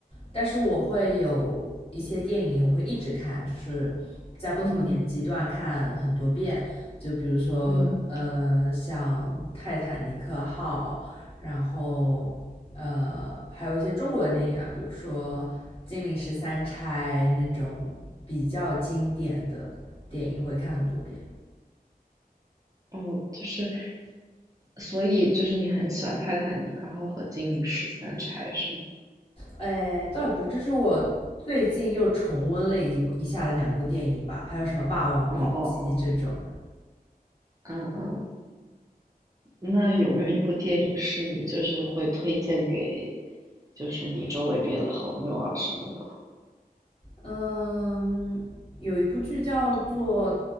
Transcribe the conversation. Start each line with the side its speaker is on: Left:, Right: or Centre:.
Left: 但是我会有一些电影，我会一直看，就是在不同年纪段看很多遍。
Right: 嗯
Left: 就比如说，
Right: 嗯，
Left: 呃，像《泰坦尼克号》，然后呃，还有一些中国的电影啊，比如说《金陵十三钗》那种比较经典的电影，会看很多遍。
Right: 哦，就是，所以就是你很喜欢《泰坦尼克号》和《金陵十三钗》是吗？
Left: 哎，倒也不是，这是我最近又重温了一一下的两部电影吧，还有什么《霸王别姬》这种。
Right: 哦哦哦，嗯嗯，那有没有一部电影是你就是会推荐给，就是你周围别的朋友啊什么的？
Left: 嗯，有一部剧叫做